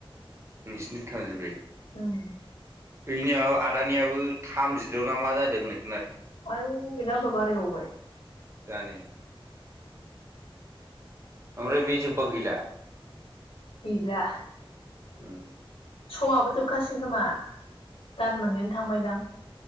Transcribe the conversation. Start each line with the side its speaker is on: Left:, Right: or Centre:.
Right: नोंसोरनिथिं थामजिब्रै
Left: द <inaudible>
Right: जोंनियाव आदानियाबो थामजिद'ना मा जादों नो
Left: आयु बिना ओमबा बारायबावबाय
Right: जानो ओफ्राय बे जोब्बा गैला
Left: गैला
Right: ओम
Left: समाबो जोबखासिगोन खोमा दान मोननैआनो थांबायदां